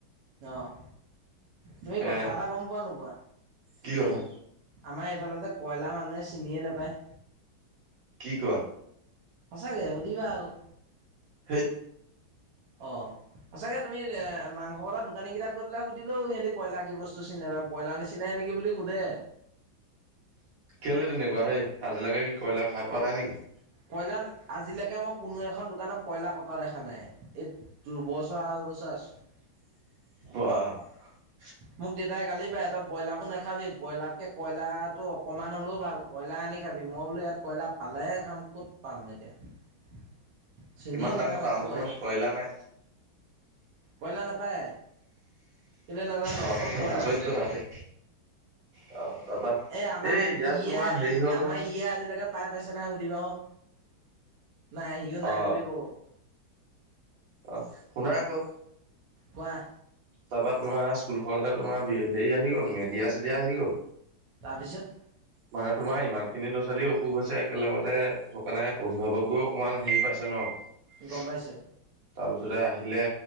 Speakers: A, on the right; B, on the right.
A: অ'। তুমি
B: সেয়া
A: কথা এটা গম পোৱা নোপোৱা
B: কি কথা
A: আমাৰ। আচলতে কয়লাৰ মানুহে চিনিয়ে নাপায়।
B: কি কোৱা।
A: সঁচাকে সুধিবা আৰু।
B: সেইত।
A: অ', সঁচাকে তুমি এ মাংস ক দোকানী কেইটাক গৈ পেলাই সুধিলো সিহঁতি কয়লা কি বস্তু চিনধ বাা কইলাৰ নিচিনাই নেকি বুলি সোধে
B: কেলে তেনেকুৱা হেই আজিলৈকে কি কয়লা খাই পোৱা নাই নেকি
A: কয়লাৰ আজিলৈকে মই কোনো এখন দোকানত কয়লা কটা দেখা নাই এই দু্বছৰ আঢ়ৈ বছৰ ছছ
B: <unintelligible>
A: মোক দেউতাই গালি পাৰে তই ব্ৰইলাৰবোৰ নাখাবি ব্ৰইলাৰ তে কয়লাৰতো অকণমান হ'লেও ভাল কয়লা আনি খাবি মই বোলো ইয়াত কয়লা পালেহে খাম ক'ত পাম। <unintelligible> চিনিয়ে
B: ইমান
A: নাপায়
B: ডাঙৰ
A: মানুহে
B: টাউনখনত
A: কয়লা।
B: নাই
A: কয়লাৰ নাপায় কেলে নাজানো
B: অ
A: অকল বইলাৰ
B: আচৰিত
A: চবতে।
B: কথা দেই অ'। তাৰপা
A: এ', আমাৰ
B: এই ইয়াত
A: ইয়া
B: তোমাৰ হেৰি হ'ল
A: আমাৰ
B: নহয়
A: ইয়া আজিলৈকে পাই পাইছে। নাই সুধিবা আকো নাই সিও নাই
B: অ
A: বুলি কব।
B: অ', শুনা আকৌ।
A: কোৱা।
B: তাৰপৰা তোমাৰ স্কুলখনলে তোমাৰ হেৰি আহি গ'ল মেডিয়া- চেডিয়া আহি গ'ল।
A: তাৰপিছত।
B: মানে তোমাৰ ইমান খিনি ল'ৰা-ছোৱালী অসুখ হৈছে একেলগতে সেইকাৰণে অভিভাৱক। গৈ অকমান হেৰি পাইছে নহ।
A: গম পাইছো
B: তাৰপিছতে আহিলে